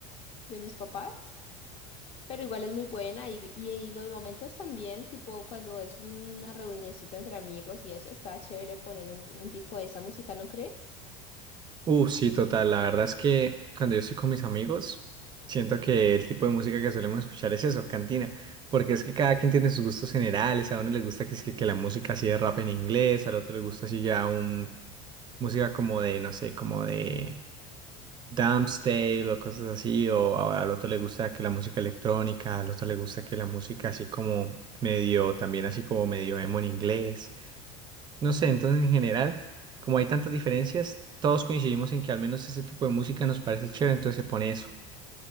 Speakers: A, on the left; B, on the right.
A: de mis papás. pero igual es muy buena y, y, y los momentos también, tipo cuando es una reunioncita entre amigos y eso, está chévere poner un, un tipo de esa música, ¿no crees?
B: Uh, sí, total. La verdad es que cuando yo estoy con mis amigos, siento que el tipo de música que solemos escuchar es eso, cantina. Porque es que cada quien tiene sus gustos generales. A uno le gusta que, es que, que la música así de rap en inglés, al otro le gusta así ya un música como de, no sé, como de Dance o cosas así, o a- al otro le gusta que la música electrónica, al otro le gusta que la música así como medio, también así como medio emo en inglés. No sé, entonces en general, como hay tantas diferencias, todos coincidimos en que al menos este tipo de música nos parece chévere, entonces se pone eso.